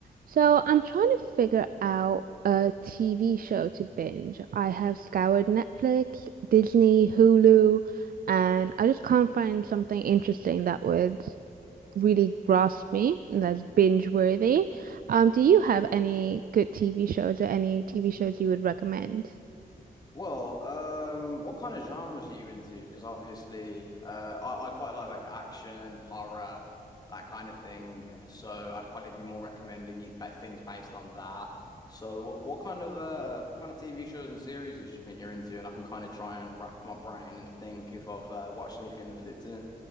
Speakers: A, on the right; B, on the left.
A: So I'm trying to figure out a TV show to binge. I have scoured Netflix, Disney, Hulu, and I just can't find something interesting that would really grasp me and that's binge worthy. Um, do you have any good TV shows or any TV shows you would recommend?
B: Well, um, what kind of genres are you into? Because obviously, uh, I, I quite like like action, horror, that kind of thing. So I'd probably be more recommending you ba- things based on that. So what, what kind of uh what kind of TV shows and series do you think you're into? And I can kind of try and rack my brain and think if I've uh, watched anything that fits in.